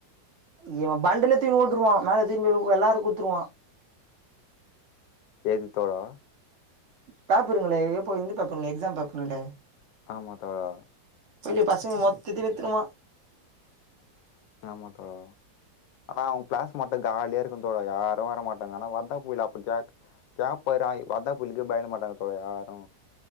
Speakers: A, on the right; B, on the left.
A: இவ பண்டில தூக்கின் ஓட்ருவா மேல தூக்கின் போயி உ எல்லாருக் குத்துருவா.
B: எது தோழா?
A: பேப்பருங்களே எப்போ இந்து பேப்பருங்களே எக்ஸாம் பேப்பருங்களே.
B: ஆமா தோழா.
A: போயி பசங்க மொத்தத்தி வித்துருவா.
B: ஆமா தோழா. ஆனா அவுங் கிளாஸ் மட்டு காலியா இருக்கு தோழா யாரு வர மாட்டாங்க ஆனா வந்தா போய் லப்புக்யாக் கியா பர் ஆயி வந்தா புலிகே பாய்ன மாட்டாங்க தோழா யாரு.